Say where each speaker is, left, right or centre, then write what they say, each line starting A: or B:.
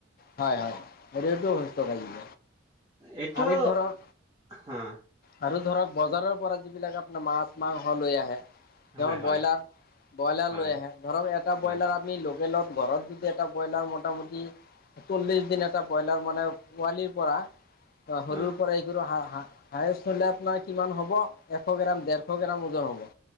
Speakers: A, on the left; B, on the right.
A: হয়, হয়। শৰীৰটো সুস্থ থাকিব।
B: এইটো,
A: আৰু ধৰক
B: হা।
A: আৰু ধৰক বজাৰৰ পৰা যিবিলাক আপনাৰ মাছ-মাংস লৈ আহে, তেওঁৰ
B: হয়
A: ব্ৰইলাৰ,
B: হয়
A: ব্ৰইলাৰ
B: হয়
A: লৈ আহে, ধৰক এটা
B: হয়
A: ব্ৰইলাৰ আমি ল তেলত, ঘৰত যদি এটা ব্ৰইলাৰ মোটামুটি চল্লিছ দিন এটা ব্ৰইলাৰ মানে পোৱালিৰ পৰা,
B: অ
A: সৰুৰ পৰা, এই সৰু হাঁহ-হাঁহ হায়েষ্ট হ'লে আপোনাৰ কিমান হ'ব? এশ গ্ৰাম-দেৰশ গ্ৰাম ওজন হ'ব।